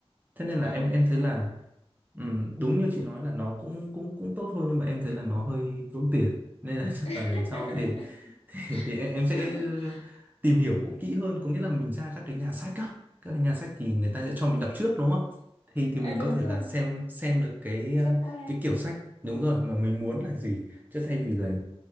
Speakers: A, on the right (about 15°); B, on the left (about 75°).
A: Thế nên là
B: ừ
A: em em thấy là ừm, đúng như chị nói là nó cũng cũng cũng tốt thôi nhưng mà em thấy là nó hơi tốn tiền. Nên là <laughs> chắc là
B: <laughs>
A: lần sau thì thì, thì em, em sẽ
B: à,
A: tìm hiểu kỹ hơn có nghĩa là mình ra các cái nhà sách á các cái nhà sách thì người ta sẽ cho mình đọc trước đúng không thì thì
B: à,
A: mình
B: đúng
A: có thể
B: rồi
A: là xem xem được cái ờ,
B: xếp qua
A: cái kiểu sách đúng
B: ừ.
A: rồi mà mình muốn là gì chứ thay vì là